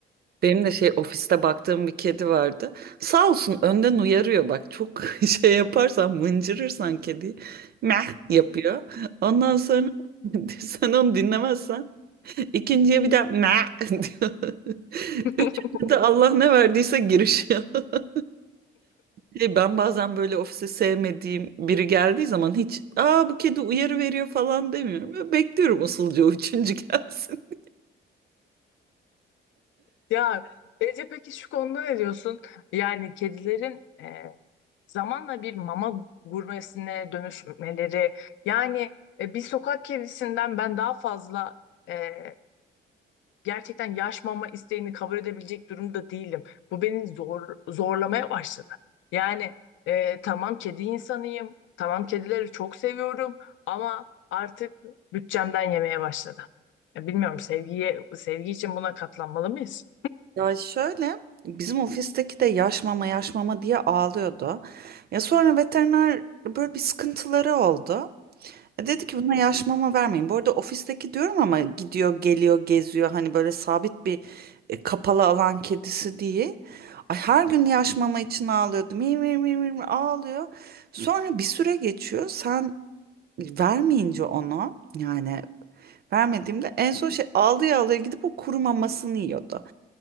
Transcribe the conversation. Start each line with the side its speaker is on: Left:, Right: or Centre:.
Right: Benim de şey ofiste baktığım bir kedi vardı. Sağ olsun önden uyarıyor bak çok <laughs> şey yaparsan mıncırırsan kedi meh yapıyor. Ondan sonra <laughs> sen onu dinlemezsen ikinciye bir de meh <laughs> diyor.
Left: <laughs>
Right: Üçüncü de Allah ne verdiyse girişiyor. <laughs> Şey, Ben bazen böyle ofise sevmediğim biri geldiği zaman hiç aa bu kedi uyarı veriyor falan demiyorum. Böyle bekliyorum usulca o üçüncü <laughs> gelsin.
Left: Ya Ece peki şu konuda ne diyorsun? Yani kedilerin e, zamanla bir mama gurmesine dönüşmeleri yani e, bir sokak kedisinden ben daha fazla e, gerçekten yaş mama isteğini kabul edebilecek durumda değilim. Bu beni zor, zorlamaya başladı. Yani e, tamam kedi insanıyım, tamam kedileri çok seviyorum ama artık bütçemden yemeye başladı. Ya bilmiyorum sevgiye sevgi için buna katlanmalı mıyız?
Right: Ya şöyle bizim ofisteki de yaş mama yaş mama diye ağlıyordu. Ya sonra veteriner böyle bir sıkıntıları oldu. E dedi ki buna yaş mama vermeyin. Bu arada ofisteki diyorum ama gidiyor geliyor geziyor hani böyle sabit bir e, kapalı alan kedisi değil. Ay her gün yaş mama için ağlıyordu. Mi mi mi mi mi ağlıyor. Sonra bir süre geçiyor. Sen vermeyince onu yani vermediğimde en son şey ağlaya ağlaya gidip o kuru mamasını yiyordu.